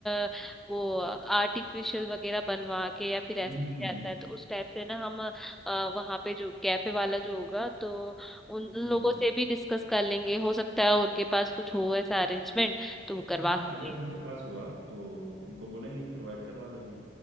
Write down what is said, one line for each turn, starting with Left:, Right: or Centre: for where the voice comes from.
Centre: अ, वो आर्टिफिशियल वगैरह बनवा के या फिर ऐसे
Right: हम्म हम्म
Centre: ही
Right: हम्म
Centre: आता
Right: हम्म
Centre: है तो उस टाइप से ना हम अ, वहाँ पे जो कैफे वाला जो होगा तो उन उन
Right: हम्म,
Centre: लोगों
Right: हम्म।
Centre: से भी डिस्कस कर लेंगे हो सकता है उनके पास कुछ हो ऐसा अरेंजमेंट तो वो करवा
Right: हाँ
Centre: सकें
Right: अगर उनके पास हुआ तो उनको बोलेंगे कि प्रोवाइड करवा दो हमें